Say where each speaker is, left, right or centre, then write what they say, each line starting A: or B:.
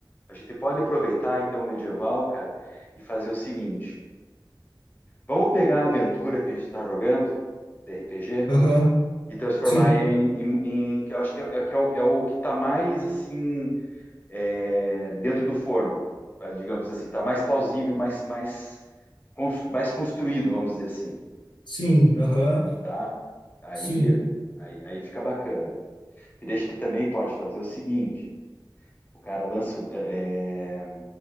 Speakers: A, on the left; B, on the left.
A: A gente pode aproveitar então o medieval, cara, e fazer o seguinte: vamos pegar a aventura que a gente está jogando, de RPG,
B: Aham,
A: e transformar
B: sim,
A: ele em, em- em- que eu acho que é, é o, é o que está mais assim é, dentro do forno, tá? digamos assim, está mais plausível, mais mais mais construído, vamos dizer assim,
B: sim, aham,
A: tá? Aí
B: sim.
A: aí, aí fica bacana. E daí a gente também pode fazer o seguinte: o cara lança, é, é,